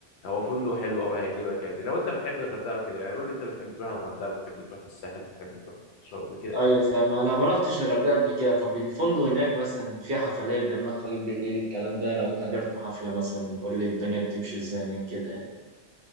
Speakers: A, on the left; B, on the right.
A: هو فندق حلو أوي هيعجبك يعني لو أنت بتحب الغردقة وكده يعني قول لي أنت بتحب تروح الغردقة بتحب تروح الساحل بتحب تروح شرم كده يعني
B: ايوه فاهم انا ما رحتش الغردقه قبل كده طب الفندق هناك مثلا في حفلات بيعملوا حفلات بالليل الكلام ده لو انت حضرت حفله مثلا قول لي الدنيا بتمشي ازاي هناك كده يعني.